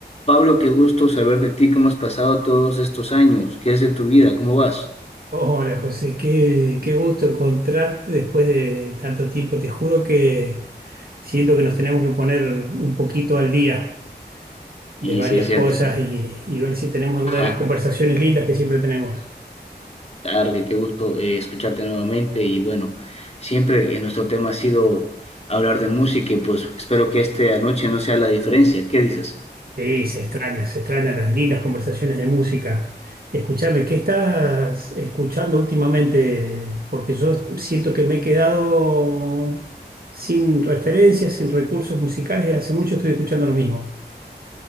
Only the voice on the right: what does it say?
Hola José, qué, qué gusto encontrarte después de tanto tiempo. Te juro que siento que nos tenemos que poner un poquito al día de
varias
cosas y, y ver si tenemos alguna
de las conversaciones lindas que siempre tenemos.
Sí, se extrañan, se extrañan las lindas conversaciones de música. Escúchame, ¿qué estás escuchando últimamente? Porque yo siento que me he quedado sin referencias, sin recursos musicales y hace mucho estoy escuchando lo mismo.